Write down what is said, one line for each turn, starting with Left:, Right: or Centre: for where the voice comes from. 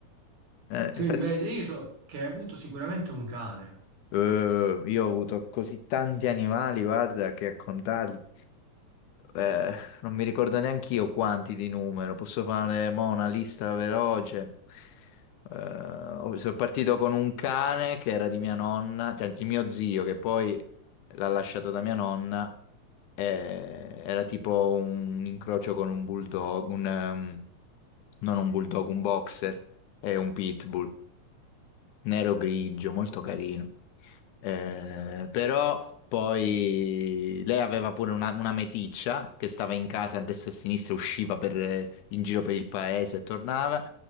Left: eh,
Right: Tu
Left: infatti,
Right: invece, io so che hai avuto sicuramente un cane.
Left: eh, io ho avuto così tanti animali, guarda, che a contarli. Eh, non mi ricordo neanche io quanti di numero, posso fare mo, una lista veloce. Eh, ho- sono partito con un cane che era di mia nonna, cioè di mio zio, che poi l'ha lasciato da mia nonna. eh, era tipo un incrocio con un bulldog, un, ehm, non un bulldog, un boxer e un pitbull nero grigio, molto carino. Eh, però poi lei aveva pure una, una meticcia che stava in casa a destra e a sinistra, usciva per- eh, in giro per il paese e tornava.